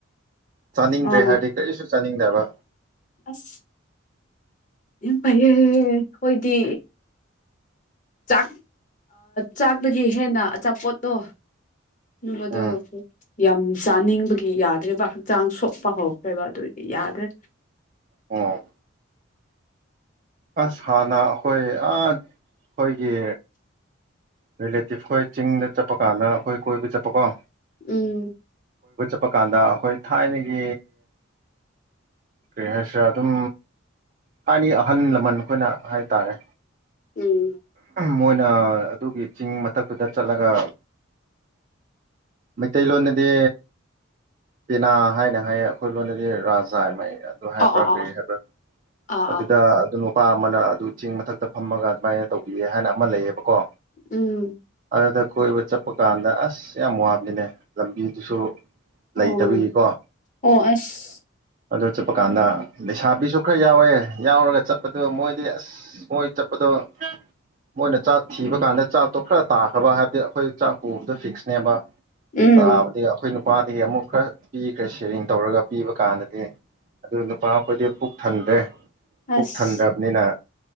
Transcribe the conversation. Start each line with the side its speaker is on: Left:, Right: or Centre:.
Right: ꯆꯥꯅꯤꯡꯗ꯭ꯔꯦ
Left: ꯑ
Right: ꯍꯥꯏꯗꯤ ꯀꯔꯤꯁꯨ ꯆꯥꯅꯤꯡꯗ꯭ꯔꯦ ꯇꯕ
Left: ꯑꯁ ꯄꯥꯏꯌꯦ ꯍꯣꯏꯗꯤ ꯆꯥꯛ ꯆꯥꯛꯇꯗꯒꯤ ꯍꯦꯟꯅ ꯑꯆꯥꯄꯣꯠꯇꯣ ꯕꯗ
Right: ꯎꯝ
Left: ꯌꯥꯝ ꯆꯥꯅꯤꯡꯕꯒꯤ ꯌꯥꯗ꯭ꯔꯦꯕ ꯍꯛꯆꯥꯡ ꯁꯣꯛꯄ ꯍꯧꯔꯛꯇ꯭ꯔꯦꯕ ꯑꯗꯨ ꯑꯣꯏꯗꯤ ꯌꯥꯗ꯭ꯔꯦ
Right: ꯑ ꯑꯁ ꯍꯥꯟꯅ ꯑꯩꯈꯣꯏ ꯑ ꯑꯩꯈꯣꯏꯒꯤ ꯔꯤꯂꯦꯇꯤꯚ ꯑꯩꯈꯣꯏ ꯆꯤꯡꯗ ꯆꯠꯄ ꯀꯥꯟꯗ ꯑꯩꯈꯣꯏ ꯀꯣꯏꯕ ꯆꯠꯄꯀꯣ
Left: ꯎꯝ
Right: ꯆꯄ ꯀꯥꯟꯗ ꯑꯩꯈꯣꯏ ꯊꯥꯏꯅꯒꯤ ꯀꯔꯤ ꯍꯥꯏꯁꯤꯔ ꯑꯗꯨꯝ ꯍꯥꯏꯅꯤ ꯑꯍꯜ ꯂꯃꯟ ꯑꯩꯈꯣꯏꯅ ꯍꯥꯏꯇꯥꯔꯦ
Left: ꯎꯝ
Right: ꯃꯣꯏꯅ ꯑꯗꯨꯒꯤ ꯆꯤꯡ ꯃꯊꯛꯇꯨꯗ ꯆꯠꯂꯒ ꯃꯩꯇꯩꯂꯣꯟꯗꯗꯤ ꯄꯦꯅꯥ ꯍꯥꯏꯅ ꯍꯥꯏꯌꯦ ꯑꯩꯈꯣꯏ ꯂꯣꯟꯗꯗꯤ ꯔꯥꯖꯥ ꯍꯥꯏ ꯃ ꯑꯗꯨ ꯍꯥꯏꯕ꯭ꯔꯥ
Left: ꯑ ꯑꯥ ꯑꯥ
Right: ꯀꯔꯤ
Left: ꯑꯥ
Right: ꯍꯥꯏꯕ꯭ꯔꯥ
Left: ꯑꯥ
Right: ꯑꯗꯨꯗ
Left: ꯑꯥ
Right: ꯑꯗꯨꯅ ꯅꯨꯄꯥ ꯑꯃꯅ ꯑꯗꯨ ꯆꯦꯡ ꯃꯊꯛꯇ ꯐꯝꯃꯒ ꯑꯗꯨꯃꯥꯏꯅ ꯇꯧꯕꯤꯌꯦ ꯍꯥꯏꯅ ꯑꯃ ꯂꯩꯌꯦꯕꯀꯣ
Left: ꯎꯝ
Right: ꯈꯗ ꯀꯣꯏꯕ ꯆꯠꯄ ꯀꯥꯟꯗ ꯑꯁ ꯌꯥꯝ ꯋꯥꯃꯤꯅꯦ ꯂꯝꯕꯤꯗꯨꯁꯨ ꯂꯩꯇꯕꯒꯤꯀꯣ
Left: ꯑꯣ ꯑꯣ ꯑꯁ
Right: ꯑꯗ ꯆꯠꯄ ꯀꯥꯟꯗ ꯂꯩꯁꯥꯕꯤꯁꯨ ꯈꯔ ꯌꯥꯎꯋꯦ ꯌꯥꯎꯔꯒ ꯆꯠꯄꯗꯣ ꯃꯣꯏꯗꯤ ꯑꯁ ꯃꯣꯏ ꯆꯠꯄꯗꯣ ꯃꯣꯏꯅ ꯆꯥꯛ ꯊꯤꯕ ꯀꯥꯟꯗ ꯆꯥꯛꯇꯣ ꯈꯔ ꯇꯥꯈ꯭ꯔꯕ ꯍꯥꯏꯕꯗꯤ ꯑꯩꯈꯣꯏ ꯆꯥꯛ ꯄꯨꯕꯗꯣ ꯐꯤꯛꯁꯅꯦꯕ
Left: ꯎꯝ
Right: ꯇꯥꯕꯗꯤ ꯑꯩꯈꯣꯏꯅ ꯅꯨꯄꯥꯗꯒꯤ ꯑꯃꯨꯛ ꯈꯔ ꯄꯤꯈ꯭ꯔꯦ ꯁꯦꯔꯤꯡ ꯇꯧꯔꯒ ꯄꯤꯕ ꯀꯅꯗꯦ ꯅꯨꯄꯥ ꯑꯩꯈꯣꯏꯗꯤ ꯄꯨꯛ ꯊꯟꯗꯦ ꯄꯨꯛ
Left: ꯑꯁ
Right: ꯊꯟꯗ꯭ꯔꯕꯅꯤꯅ